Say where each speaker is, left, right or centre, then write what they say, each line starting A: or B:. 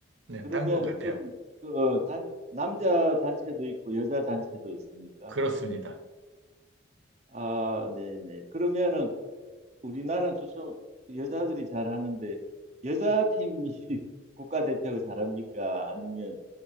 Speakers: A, on the right (about 75°); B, on the right (about 35°).
A: 네,
B: 그러면
A: 딴 것 같아요.
B: 좀그 단, 남자 단체도 있고 여자 단체도 있습니까?
A: 그렇습니다.
B: 아, 네네. 그러면은 우리나라는 주로 여자들이 잘하는데 여자 팀이 <laughs> 국가대표가 잘합니까? 아니면